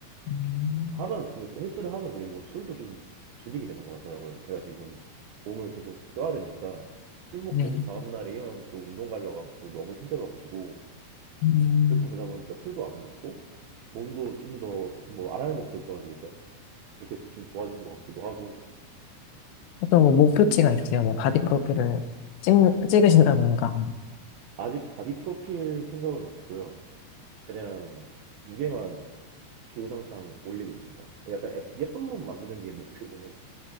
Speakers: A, on the left; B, on the right.
A: 음,
B: 하면, 그, 헬스를 하면 그리고 술도 좀 줄이게 되는 것 같더라고요. 제가 지금 몸을 계속 써야 되니까 술 먹고
A: 네.
B: 또 다음날에 일어나서 또 운동 가려고 하면 또 너무 힘들어가지고
A: 음.
B: 그렇게 되다 보니까 술도 안 먹고 몸도 좀 더 뭐 안 하는 것보다 좋아지겠죠? 그렇게 해서 좀 좋아지는 것 같기도 하고,
A: 어떤 뭐 목표치가 있으세요? 뭐 바디 프로필을 찍, 찍으신다던가.
B: 어, 아직 바디 프로필 생각은 없고요. 그냥 무게만 주구장창 올리고 있습니다. 약간 예- 예쁜 몸 만드는 게 목표긴 해.